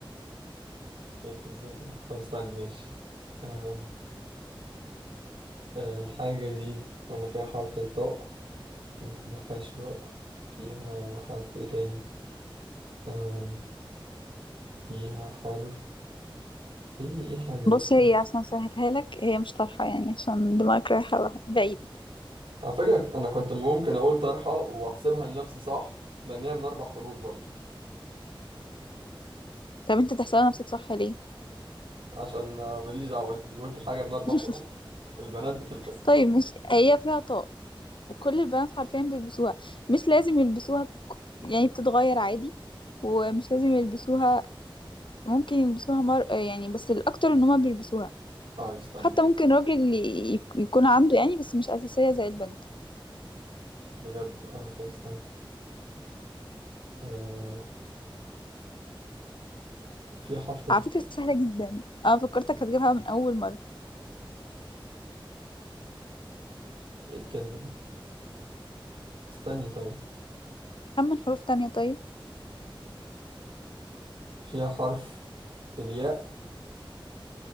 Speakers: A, on the right (about 70°); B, on the left (about 65°).
A: لقيته إزاي ده طب استني ماشي آه آه الحاجة دي قلنا فيها حرف الطاء وما فيهاش راء فيها حرف إيه تاني آم فيها حرف إيه إيه الحاجة دي
B: بص
A: استنى.
B: هي عشان اسهلها لك هي مش طرحة يعني عشان دماغك رايحة بعيد
A: على فكرة أنا كنت ممكن أقول طرحة وأحسبها لنفسي صح لأن هي من أربع حروف برضه
B: طب انت تحسبها نفسك صح ليه
A: عشان ماليش دعوة انتي قلتي حاجة من أربع
B: <laughs>
A: حروف البنات بتلبسها
B: طيب مش هي فيها طاق وكل البنات حرفيا بيلبسوها مش لازم يلبسوها يعني بتتغير عادي ومش لازم يلبسوها ممكن يلبسوها مر... يعني بس الأكتر ان هما بيلبسوها
A: طيب استني
B: حتى ممكن راجل ي- يكون عنده يعني بس مش أساسية زي البنت
A: بجد اه طب استني آه فيها حرف ال...
B: على فكرة سهلة جدا أنا فكرتك هتجيبها من أول مرة
A: ايه الكلمة دي استني طيب
B: كم من حروف تانية طيب
A: فيها حرف الياء